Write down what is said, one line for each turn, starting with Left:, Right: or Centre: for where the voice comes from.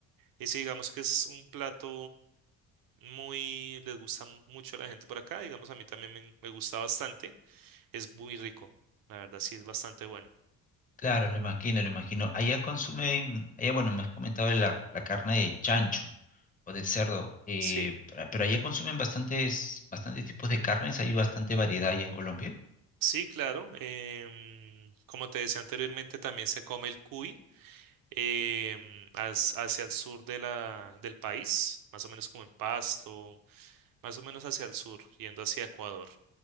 Right: Y si digamos que es un plato muy, les gusta m- mucho a la gente por acá, digamos a mí también me, me gusta bastante, es muy rico, la verdad sí es bastante bueno.
Left: Claro, lo imagino, lo imagino. Allá consumen, allá, bueno, me has comentado de la, la carne de chancho o de cerdo, eh,
Right: Sí,
Left: pero, pero allá consumen bastantes, bastantes tipos de carnes, hay bastante variedad allá en Colombia.
Right: sí, claro, em, como te decía anteriormente, también se come el cuy em, as- hacia el sur de la, del país, más o menos como en Pasto, más o menos hacia el sur, yendo hacia Ecuador.